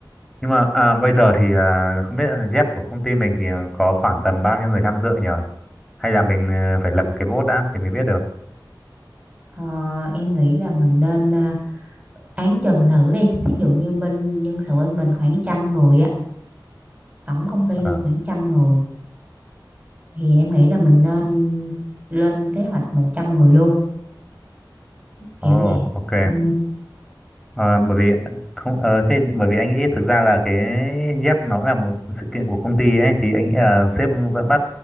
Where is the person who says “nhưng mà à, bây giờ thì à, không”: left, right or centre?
Centre